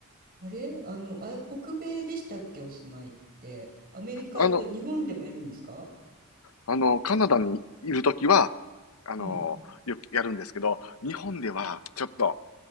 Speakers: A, on the right; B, on the left.
A: あれあの、あ北米でしたっけお住まいって。アメリカと日本でもやるんですか
B: あの、あの、カナダにいるときは、あの、
A: うん
B: よくやるんですけど、日本ではちょっと、